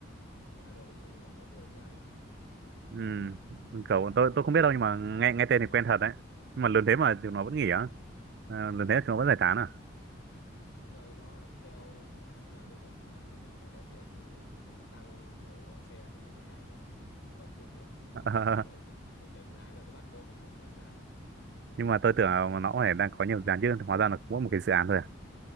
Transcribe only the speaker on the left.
ngoài Hà Nội thì nó có nhiều dự án lắm
ừ,
đúng rồi nó theo dự án mà bây giờ dự án cứ phải có tiền thì giống xăng đổ vào xe thì nó mới chạy được chứ còn không <laughs> thì nó
nó để dừng lại nó dắt bộ một thời gian